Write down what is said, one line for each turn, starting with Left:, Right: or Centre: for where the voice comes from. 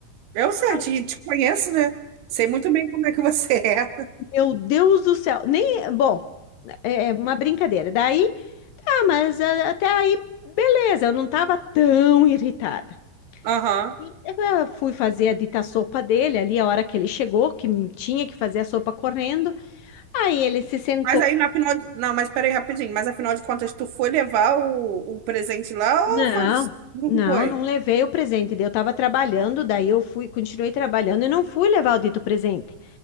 Right: Eu sei,
Left: Ai,
Right: te, te conheço, né? Sei muito bem como é que você é.
Left: meu Deus do céu, nem, bom, é é uma brincadeira. Daí, tá, mas ah, até aí, beleza, eu não tava tão irritada.
Right: <laughs> Aham.
Left: E Eu ah, fui fazer a dita sopa dele ali, a hora que ele chegou, que tinha que fazer a sopa correndo. Aí ele se sentou
Right: Mas aí, na final. de- Não, mas peraí, rapidinho. Mas afinal de contas, tu foi levar o, o presente lá ou
Left: Não,
Right: foi. Não
Left: não,
Right: foi?
Left: não levei o presente. daí Eu estava trabalhando, daí eu fui, continuei trabalhando e não fui levar o dito presente.